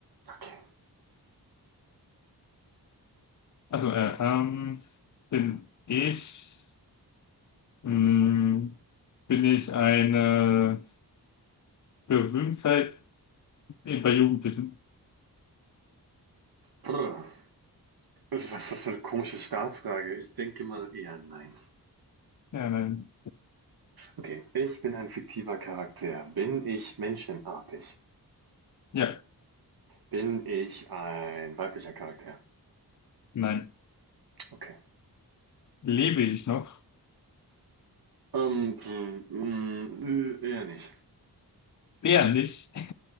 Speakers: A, on the right; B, on the left.
A: Okay.
B: Also, äh, ähm, bin ich, mh, bin ich eine Berühmtheit bei Jugendlichen?
A: Brr. Was ist das für eine komische Startfrage? Ich denke mal eher nein.
B: Ja, nein.
A: Okay. Ich bin ein fiktiver Charakter. Bin ich menschenartig?
B: Ja,
A: Bin ich ein weiblicher Charakter?
B: nein.
A: Okay.
B: Lebe ich noch?
A: Ähm, hm, hm, äh, eher nicht.
B: Eher nicht.